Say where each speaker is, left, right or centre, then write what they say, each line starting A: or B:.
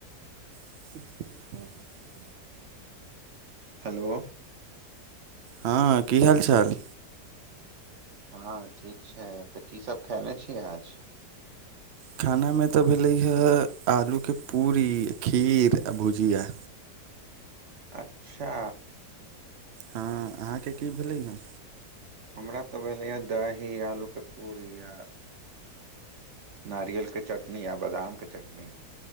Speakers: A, on the right; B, on the right.
A: <inaudible>
B: हेलो
A: हँ की हाल चाल
B: हँ ठीक छै तऽ की सब खयने छी आज
A: खानामे तऽ भेलै हे आलूके पूरी खीर आ भुजिया
B: अच्छा
A: हँ अहाँके की भेलै हे
B: हमरा तऽ भेलैए दही आलूके पूरी य नारियलके चटनी आ बादामके चटनी